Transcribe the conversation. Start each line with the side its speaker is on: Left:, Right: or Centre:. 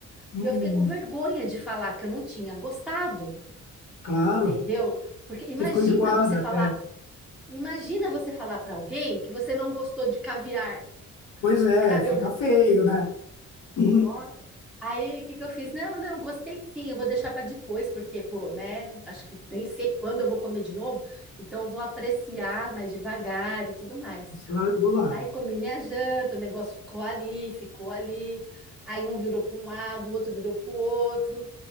Left: Hum,
Centre: E eu fiquei com vergonha de falar que eu não tinha gostado
Left: claro.
Centre: entendeu? Porque imagina
Left: Você ficou enjoada
Centre: você falar,
Left: até.
Centre: imagina você falar para alguém que você não gostou de caviar. <laughs>
Left: Pois é,
Centre: Caramba,
Left: fica feio, né? Uhum.
Centre: nossa. Aí, o que que eu fiz? Não, não, gostei sim, eu vou deixar para depois, porque, pô, né? Acho que nem sei quando eu vou comer de novo, então eu vou apreciar mais devagar e tudo mais.
Left: Você largou lá.
Centre: Aí comi minha janta, o negócio ficou ali, ficou ali. Aí um virou para um lado, o outro virou para o outro.